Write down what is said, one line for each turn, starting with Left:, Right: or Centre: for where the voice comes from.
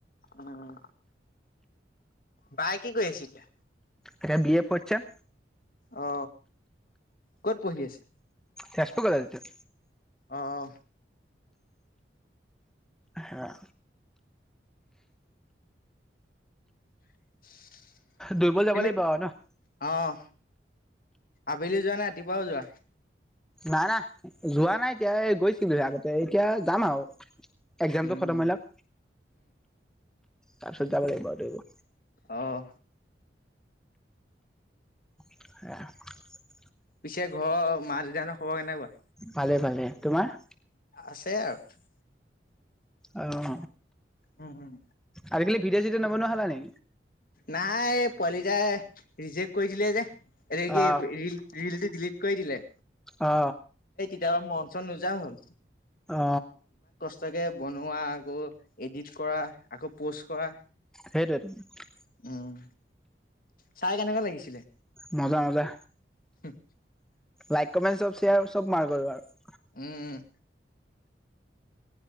Left: উম বাই কি কৰি আছে এতিয়া।
Centre: এতিয়া বি এ ফড চেম।
Left: অ ক'ত পঢ়ি আছে
Centre: তেজপুৰ কলেজতে
Left: অ অ
Centre: সেয়া
Left: <unintelligible>
Centre: দৌৰিব যাব
Left: তুমি
Centre: লাগিব আৰু নঃ।
Left: অ', আবেলি যোৱা নে ৰাতিপুৱাও যোৱা?
Centre: নাই না যোৱা নাই এতিয়া গৈছিলোহে আগতে এতিয়া যাম আৰু। এক্জামটো
Left: উম,
Centre: খতম লওঅ। তাৰপছত যাব লাগিব দৌৰিব।
Left: অহ।
Centre: স <unintelligible>
Left: পিছে ঘৰৰ মা দেউতাহতৰ খবৰ কেনেকুৱা?
Centre: ভালে ভালে। তোমাৰ?
Left: আছে আৰু।
Centre: আ অ।
Left: উম উম।
Centre: আজিকালি ভিডিঅ' চিডিঅ নবনোৱা হলা নি?
Left: নাই পোৱালিটাই ৰিজেক্ট কৰি দিলে যে। এ কি
Centre: অ
Left: ৰিল ৰিলতে ডিলিট কৰি দিলে।
Centre: অ।
Left: তেতিয়া মন চন নোযাৱা হ'ল।
Centre: অ।
Left: তাকে বনোৱা আকৌ এডিট কৰা। আকৌ পোষ্ট কৰা।
Centre: সেইটোৱেই ত
Left: উম চাই কেনেকুৱা লাগিছিলে?
Centre: মজা মজা।
Left: হম
Centre: লাইক কমেণ্ট চব শ্বেয়াৰ চব মাৰ্াৰ <unintelligible>
Left: উম